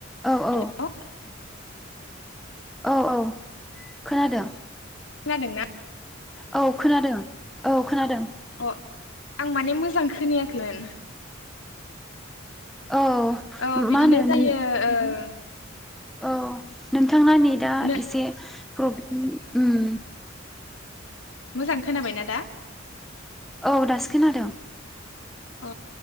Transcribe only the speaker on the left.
हेलौ
खोनादों ना
अ आं माने मोजां खो खोनायाखै
औ बिदिनो
जायो
ओं
नो
मोजां खोनाबायना दा
अ